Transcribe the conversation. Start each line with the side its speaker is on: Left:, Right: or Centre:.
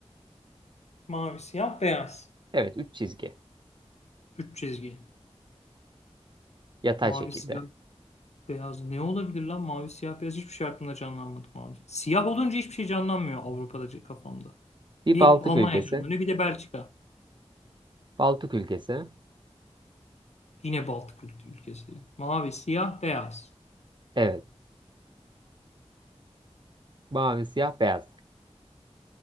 Left: Mavi, siyah, beyaz.
Right: Evet, 3 çizgi
Left: Üç çizgi.
Right: yatay
Left: Mavi,
Right: şekilde.
Left: siyah. Beyaz ne olabilir lan? Mavi, siyah, beyaz hiçbir şey aklımda canlanmadı mavi. Siyah olunca hiçbir şey canlanmıyor Avrupa'da kafamda.
Right: Bir
Left: Bir
Right: Baltık
Left: Almanya
Right: ülkesi.
Left: canlanıyor, bir de Belçika.
Right: Baltık ülkesi.
Left: Yine Baltık ül- ülkesi. Mavi, siyah, beyaz.
Right: Evet. Mavi, siyah, beyaz.